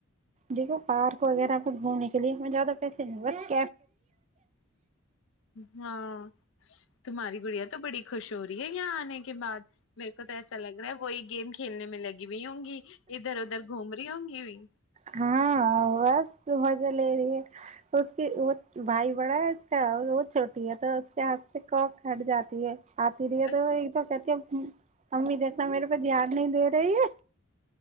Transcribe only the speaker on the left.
ہاں تمہاری گڑیا تو بڑی خوش ہو رہی ہے یہاں آنے کے بعد میرے کو تو ایسا لگ رہا ہے وہی گیم کھیلنے میں لگی ہوئی ہوں گی ادھر ادھر گھوم رہی ہوں گی بھی
اچھا